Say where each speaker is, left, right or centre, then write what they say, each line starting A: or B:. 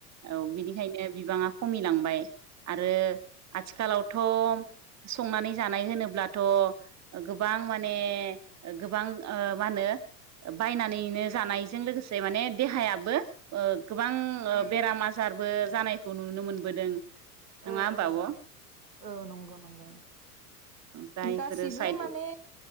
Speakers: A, on the right (about 35°); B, on the right (about 85°).
A: औ बिनिखायनो बिबाङा खमिलांबाय आरो आथिखालावथ' संनानै जानाय होनोब्लाथ' गोबां माने गोबां ओ मा होनो बायनानैनो जानाय जों लोगोसे माने देहायाबो गोबां बेरामा आजार जारबो जानायखौ नुनो मोनबोदों। नङा
B: ओ
A: होमबा
B: ओ
A: आब' औ
B: औ नंगौ नंगौ।
A: दा इफोरो
B: गासिबो
A: साइद
B: माने